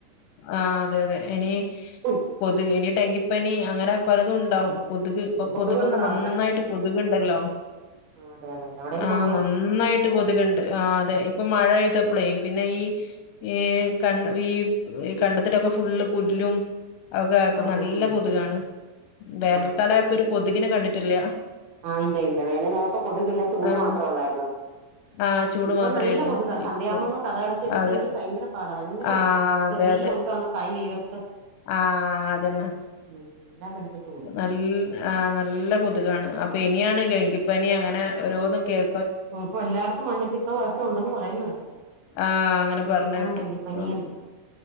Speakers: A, on the left; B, on the right.
A: ആഹ് അതെ അതെ, ഇനി
B: ഉം,
A: കൊതുക്, ഇനി ഡെങ്കിപ്പനി അങ്ങനെ പലതും ഉണ്ടാവും കൊതുക് ഇപ്പൊ
B: കൊതുകുണ്ടോ
A: കൊതുകൊക്കെ നന്നായിട്ട്
B: അവിടെ
A: കൊതുകുണ്ടല്ലോ
B: ആ അതെ അതെ അതെ. അവിടെയും
A: ആഹ്
B: കൊതുകുണ്ട്
A: ന നന്നായിട്ട് കൊതുകുണ്ട്, ആഹ് അതെ ഇപ്പൊ മഴ പെയ്തപ്പളേ, പിന്നെ ഈ ഈ കണ്ട ഈ കണ്ടത്തിലൊക്കെ ഫുള്ള് പുല്ലും ഒക്കെ ആയപ്പോ
B: ആ
A: നല്ല
B: ആ ഉം
A: കൊതുകാണ്. വേനൽക്കാലമായപ്പോ
B: ആ
A: ഒരു കൊതുകിനെ കണ്ടിട്ടില്ല
B: ആഹ് ഇല്ല ഇല്ല വേനലായപ്പോ കൊതുക്കില്ല ചൂട്
A: ആഹ്
B: മാത്രം ഒള്ളായിരുന്നു
A: ആഹ് ചൂട്
B: ഇപ്പൊ
A: മാത്രേയിരുന്നു.
B: നല്ല കൊതുകാ, സന്ധ്യ
A: ഇപ്പൊ
B: ആകുമ്പോന്നും കതകടച്ചിട്ടില്ലെങ്കിൽ
A: അതെ
B: ഭയങ്കര പാടാ, ഭയങ്കര
A: ആഹ്
B: കൊതുക് <inaudible>
A: അതെ
B: ചെറിയ
A: അതെ
B: കൊതുകാണ്, കൈ വീർത്ത്
A: ആഹ് അതന്നെ
B: മെല്ല കടിച്ചിട്ട് പോവും
A: നല്ല ആഹ് നല്ല കൊതുകാണ്, അപ്പൊ ഇനിയാണ് ഡെങ്കിപ്പനി അങ്ങനെ ഓരോന്നും കേൾ
B: ഉം ഇപ്പൊ എല്ലായിടത്തും മഞ്ഞപ്പിത്തവും ഒക്കെ ഉണ്ടെന്ന് പറയുന്ന കേട്ടു
A: ആഹ് അങ്ങനെ
B: മഞ്ഞപ്പിത്തവും
A: പറഞ്ഞ കേട്ടു.
B: ഡെങ്കിപനിയും
A: അതെ